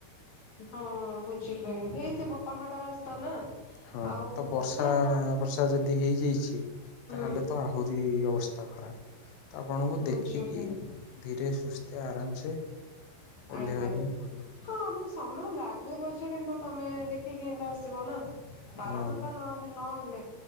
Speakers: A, on the left (about 50°); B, on the left (about 85°).
A: ହଁ ବୁଝିଲି ହେଇଥିବ ପାହାଡ ରାସ୍ତା ନା
B: ହଁ
A: ଆଉ
B: ତ ବର୍ଷା
A: ସେଠି ଆପଣ
B: ବର୍ଷା ଯଦି ହେଇଯାଇଛି।
A: ହୁଁ
B: ତାହେଲେ ତ ଆହୁରି ଅବସ୍ଥା ଖରାପ୍। ତ ଆପଣଙ୍କୁ
A: ବୁଝିଲି
B: ଦେଖିକି ଧୀରେ ସୁସ୍ଥେ ଆରାମ ସେ। ଓହ୍ଲେଇବା
A: ଆଜ୍ଞା
B: ପାଇଁ ପଡିବ
A: ହଁ। ସମୟ ଲାଗୁ ପଛେ କିନ୍ତୁ ତମେ ଦେଖିକି ଏତ ଆସିବ ନା ବାର
B: ହଁ।
A: ଘଣ୍ଟା ନଅ ନହଲେ